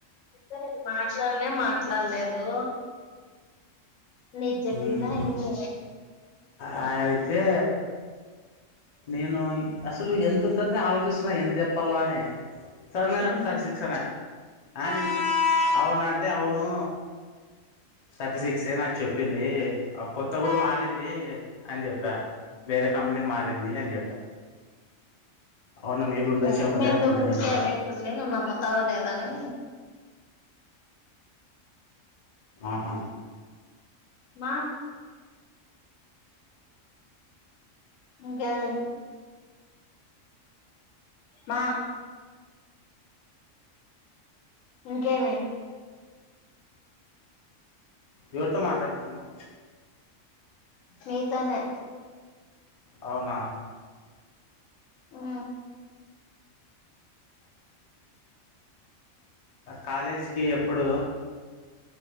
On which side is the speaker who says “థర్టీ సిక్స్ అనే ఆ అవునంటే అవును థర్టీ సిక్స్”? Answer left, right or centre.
Left